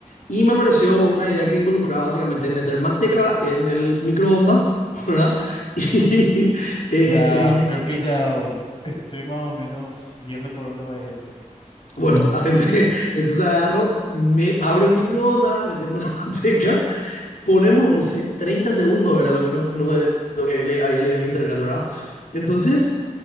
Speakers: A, on the left; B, on the left.
A: y me apareció una idea que involucraba básicamente meter manteca en el microondas, <laughs> ¿verdad? Y eh,
B: Ya,
A: tenía...
B: creo que ya estoy más o menos viendo por dónde va a ir esto.
A: Bueno, atente, entonces agarro, me abro el microondas, metemos la <laughs> manteca, ponemos, no sé, 30 segundos, era lo que no,
B: Sí,
A: no- lo que le había leído en internet, ¿verdad? Entonces,